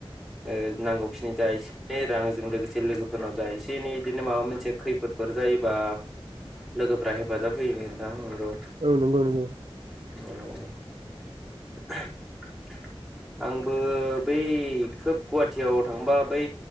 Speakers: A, in the centre; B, on the right.
A: औ नांगौखिनि जा एसे एनै रांजों लोगोसे लोगोफोरनाव जा एसे एनै इदिनो माबा मोनसे खैफोदफोर जायोबा लोगोफ्रा हेफाजाब होयो नोंथां। नंगौ
B: औ नंगौ नंगौ।
A: औ। <unintelligible> आंबो बै खोब गुवाहाटियाव थांबा बै